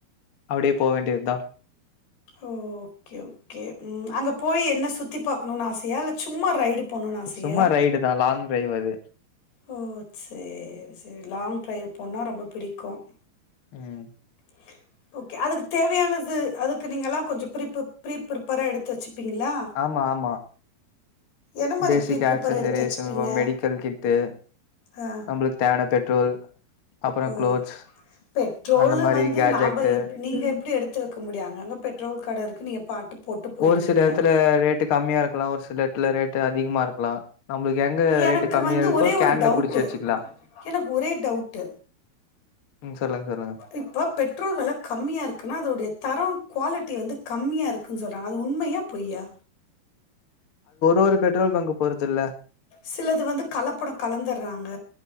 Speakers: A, on the left; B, on the left.
A: அப்டியே போவேண்டியதுதா
B: ஓ ஓகே ஓகே ம் அங்க போய் என்ன சுத்தி பாக்கணும்ன்னனு ஆசையா இல்லை சும்மா ரைடு போனுண் ஆசையா
A: சும்மா ரைடு தா லாங் டிரைவ் அது
B: ஓ சேரி சேரி லாங் ட்ரரைவ் போன்னுணா ரொம்ப பிடிக்கும்
A: ம்
B: <inaudible> ஓகே அதுக்கு தேவையானது அதுக்கு நீங்கள்ல்லா கொஞ்ச ப்ரிப்பு ப்ரி பிப்பேரா எடுத்து வச்சுப்பீங்களா
A: ஆமா ஆமா
B: என்ன மாரி
A: பேசிக்
B: பீரிப்பபர்
A: ஆக்சஸரீஸ்,
B: எடுத்து வச்சுப்பீங்க
A: மெடிக்கல் கிட்டு,
B: அ
A: நம்மளுக்கு தேவையான பெட்ரோல், அப்புறம்
B: ஓ
A: க்ளோத்ஸ்
B: பெட்ரோல்
A: அந்த மாரி
B: வந் து
A: கேட்ஜெக்ட்டு
B: நம்ப நீங்க எப்படி எடுத்து வைக்க முடியும் அங்க அங்க பெட்ரோல் கட இருக்கு நீங்க பாட்டு போட்டு போயிடுவீங்க
A: ஒரு சில இடத்துல ரேட்டு கம்மியா இருக்கலா ஒரு சில இடத்துல ரேட்டு அதிகமா இருக்கலா நம்மளுக்கு எங்க
B: எனக்கு
A: ரேட்டு கம்மியா
B: வந்து
A: இருக்கோ
B: ஒரே ஒரு
A: கேன்ல
B: டவுட்டு
A: புடிச்சு வச்சுக்கலா
B: எனக்கு ஒரே டவுட்டு
A: சொல்லுங்க சொல்லுங்க
B: இப்போ பெட்ரோல் வில கம்மியா இருக்குன்னா அதோடைய தரம் குவாலிட்டி வந்து கம்மியா இருக் க்குனு சொல்றங்க அது உண்மையா பொய்யா
A: ஒவ்வொரு பெட்ரோல் பங்க் பொறுத்து இல்ல
B: சிலது வந்து கலப்படம் கலந்துடுறாங்க